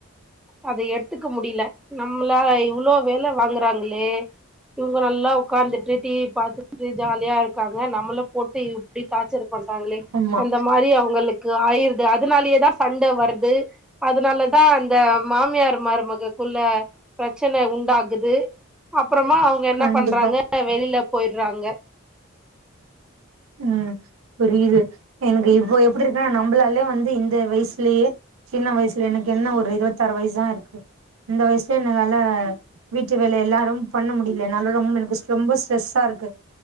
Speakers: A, in the centre; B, on the right (about 75°).
A: அத எடுத்துக்க முடியல நம்மளா இவ்ளோ வேல வாங்குறாங்களே இவுங்க நல்லா உக்காந்துட்டு டிவி பாத்துகுட்டு ஜாலியா இருக்காங்க நம்மள போட் டு இப்டி டார்ச்சர் பண்றாங்களே
B: ஆமா
A: அந்த மாரி அவுங்களுக்கு து ஆயிருது அதுனாலேயே தா சண்ட வரது அதுனாலதா அந்த மாமியார் மருமக கொ ல்ல ப்ரச்சன உண்டாகுது அப்பறமா அவுங்க என்ன
B: கண்டிப்பா
A: பண்றாங்க வெளில போயிற்றாங்க
B: ம் புரியிது எனக்கு இப்போ எப்டிருக்குனா நம்ளாயு வந்து து இந்த வயசுலேயே சின்ன வயசில எனக்கு என்ன ஒரு இருவத்தாரு வய்சு தா இருக்கு இந்த வயசுல என்ன வேல வீட்டு வேலை எல்லாரும் பண்ண முடியல என்னால ரொம்ப எனக் ஸ் ரொம்ப ஸ்ட்ரெஸ்ஸா இருக்கு